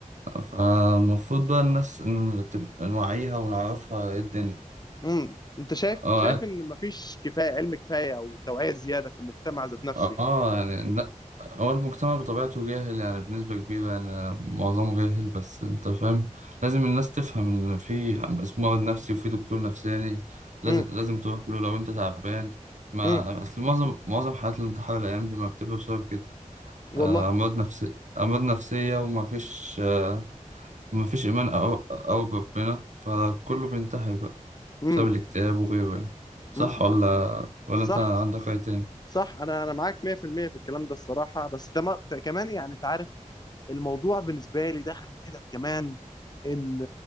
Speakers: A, on the right; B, on the left.
A: فالمفروض بقى الناس إن تبقى نوعيها ونعرفها إيه الدنيا
B: امم انت شايف
A: آه،
B: شايف ان مفيش كفايه علم كفايه او توعيه زياده في المجتمع ذات نفسه
A: اه
B: يعني
A: يعني لا هو المجتمع بطبيعته جاهل يعني بنسبة كبيرة يعني معظمه جاهل بس انت فاهم لازم الناس تفهم ان في اسمه مرض نفسي وفي دكتور نفساني لازم
B: امم
A: لازم تروح له لو انت تعبان ما
B: امم
A: اصل معظم معظم حالات الانتحار الايام دي ما بتبقى بسبب كده
B: والله
A: آه، امراض نفسية امراض نفسية وما فيش آه، ما فيش ايمان او أو بربنا فكله بينتحر بقى
B: امم
A: بسبب الاكتئاب وغيره يعني صح
B: امم
A: ولا ولا
B: صح
A: انت عندك رأي تاني
B: صح انا انا معاك 100% في المية في الكلام ده الصراحه بس ده ما- كمان يعني انت عارف الموضوع بالنسبه لي داخل في حتت كمان ان